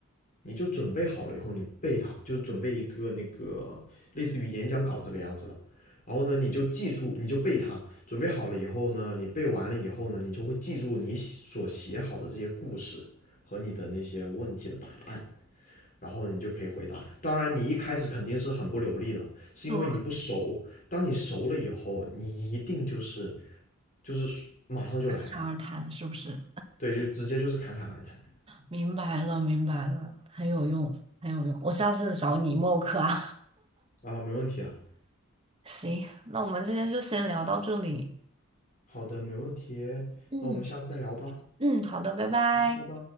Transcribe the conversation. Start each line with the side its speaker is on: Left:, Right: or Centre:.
Left: 你就准备好了以后，你背它，就是准备一个那个类似于演讲稿这个样子的。然后呢，你就记住，你就背它。准备好了以后呢，你背完了以后呢，你就会记住你所写好的这些故事和你的那些问题的答案，然后你就可以回答。当然，你一开始肯定是很不流利的，是因为你不熟。
Right: 对，
Left: 当你熟了以后，你一定就是就是马上就来，
Right: 侃而谈是不是？
Left: 对，就直接就是侃侃而谈
Right: 明白了，明白了，很有用，很有用。我下次找你默克啊。
Left: 啊，没问题啊。
Right: 行，那我们今天就先聊到这里。
Left: 好的，没问题。
Right: 嗯
Left: 那我们下次再聊吧，
Right: 嗯，好的，拜拜。
Left: 拜拜。